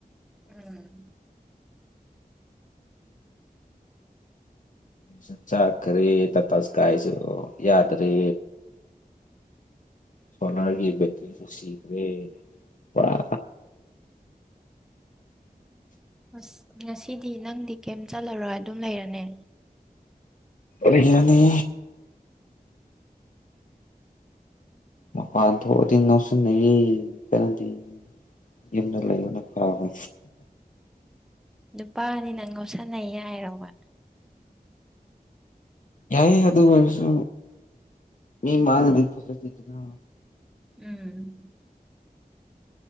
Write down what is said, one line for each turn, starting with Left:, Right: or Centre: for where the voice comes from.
Centre: ꯎꯝ
Left: ꯁꯨ ꯆꯥꯛꯈꯔꯦ ꯇꯇꯥ ꯁ꯭ꯀꯥꯏꯁꯨ ꯌꯥꯗ꯭ꯔꯦ ꯁꯣꯂꯥꯔꯒꯤ ꯕꯦꯇ꯭ꯔꯤꯁꯨ ꯁꯤꯈ꯭ꯔꯦ ꯄꯨꯔꯥ
Centre: ꯑꯁ ꯉꯁꯤꯗꯤ ꯅꯪꯗꯤ ꯀꯩꯝ ꯆꯠꯂꯔꯣꯏ ꯑꯗꯨꯝ ꯂꯩꯔꯅꯦ
Left: ꯔꯨꯏꯌꯥꯅꯤ ꯃꯄꯥꯟ ꯊꯣꯛꯑꯗꯤ ꯉꯧꯁꯟꯅꯩꯌꯦ ꯀꯥꯟꯗꯤ ꯌꯨꯝꯗ ꯂꯩꯕꯅ ꯐꯥꯕ
Centre: ꯅꯨꯄꯥꯅꯤꯅ ꯉꯥꯎꯁꯟꯅꯩ ꯌꯥꯏꯔꯣꯕ
Left: ꯌꯥꯏꯌꯦ ꯑꯗꯨꯑꯣꯏꯔꯁꯨ ꯃꯤ ꯃꯥꯡꯗꯗꯤ ꯐꯥꯖꯗꯦꯗꯅ
Centre: ꯎꯝ